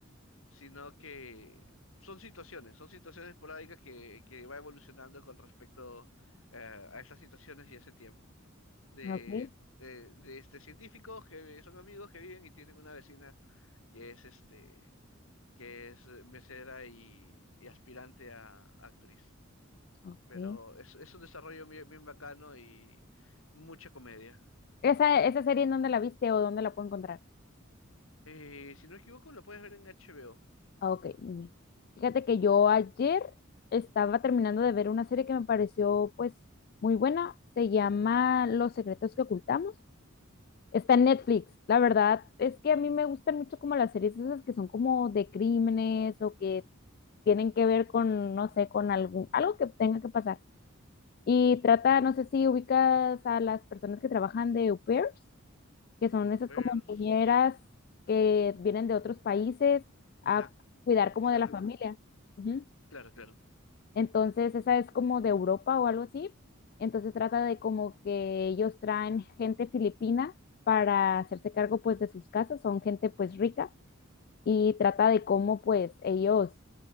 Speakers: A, on the left; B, on the left.
A: sino que son situaciones, son situaciones esporádicas que, que va evolucionando con respecto eh, a esas situaciones y ese tiempo, ¿no? De,
B: ok,
A: eh, de, este, científicos que son amigos que viven y tienen una vecina que es este que es eh, mesera y, y aspirante a actriz.
B: ok.
A: Pero es, es un desarrollo bien, bien bacano y mucha comedia.
B: ¿Esa, esa serie en dónde la viste o dónde la puedo encontrar?
A: Eh, si no me equivoco, lo puedes ver en HBO.
B: Ah, ok, muy bien. Fíjate que yo ayer estaba terminando de ver una serie que me pareció pues muy buena. Se llama Los secretos que ocultamos. Está en Netflix. La verdad es que a mí me gustan mucho como las series esas que son como de crímenes o que tienen que ver con, no sé, con algún, algo que tenga que pasar. Y trata, no sé si ubicas a las personas que trabajan de au pairs que son esas
A: Pers-
B: como niñeras que vienen de otros países
A: Ya,
B: a cuidar como
A: claro,
B: de la familia. Ujú.
A: claro, claro.
B: Entonces, esa es como de Europa o algo así. Entonces trata de como que ellos traen gente filipina para hacerse cargo pues de sus casas, son gente pues rica y trata de cómo pues ellos